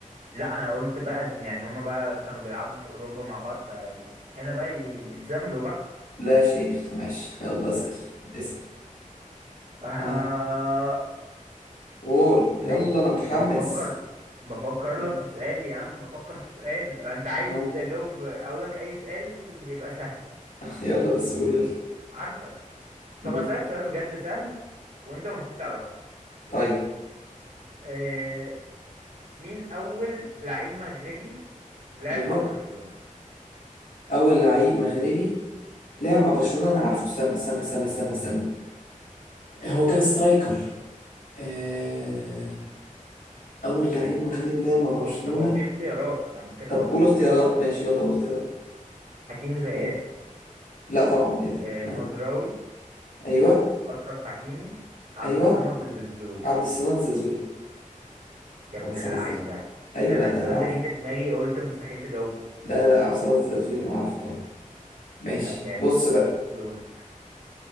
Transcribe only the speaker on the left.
لا يا شيخ ماشي يلا اسال اسال
ها قول يلا
انا متحمس
مم.
ها
<laughs> يلا بس قول يلا
مم.
طيب
ايوه
اول لعيب مغربي لعب مع برشلونة انا عارفه استنى استنى استنى استنى استنى هو كان سترايكر آه، اول لعيب مغربي لعب مع برشلونة
طب
قول
اختيارات ماشي يلا قول اختيارات
ها لا طبعا ايه ده
ها
ايوه
ايوه
عبد السلام زازولي
عبد الصمد
الزازولي ايوه
لا
ده انا عارف
لا لا عبد الصمد الزازولي ما عارفه ايه ماشي
بص بقى